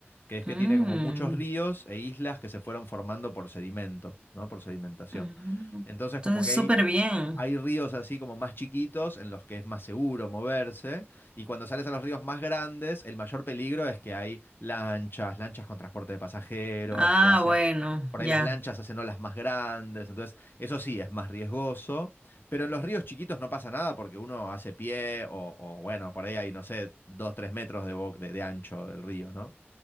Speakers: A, on the left (about 50°); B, on the right (about 25°).
A: que es que
B: Mm,
A: tiene como muchos ríos e islas que se fueron formando por sedimento, ¿no? Por sedimentación.
B: ujú.
A: Entonces
B: Entonces,
A: como que hay
B: súper bien.
A: hay ríos así como más chiquitos en los que es más seguro moverse y cuando sales a los ríos más grandes, el mayor peligro es que hay lanchas, lanchas con transporte de pasajeros,
B: Ah,
A: que hacen,
B: bueno,
A: por
B: ya.
A: ahí las lanchas hacen olas más grandes, entonces eso sí es más riesgoso, pero en los ríos chiquitos no pasa nada porque uno hace pie o, o bueno, por ahí hay, no sé, dos, tres metros de, bo- de, de ancho del río, ¿no?